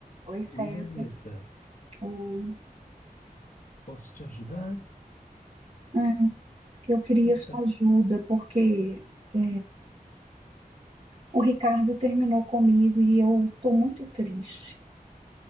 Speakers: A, on the right; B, on the left.
A: Oi, César.
B: Oi, Vanessa,
A: Oi.
B: posso te ajudar? O
A: É, eu queria
B: que que
A: sua
B: tá...
A: ajuda, porque é, o Ricardo terminou comigo e eu estou muito triste.